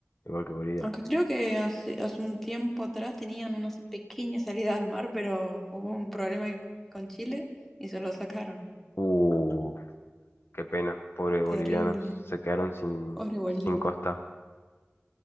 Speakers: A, on the left (about 60°); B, in the centre.
A: Igual que Bolivia.
B: Aunque creo que hace, hace un tiempo atrás tenían una pequeña salida al mar, pero hubo un problema con Chile y se lo sacaron.
A: Uh, qué pena. Pobres bolivianos.
B: Terrible.
A: Se quedaron sin,
B: Pobre Bolivia.
A: sin costa.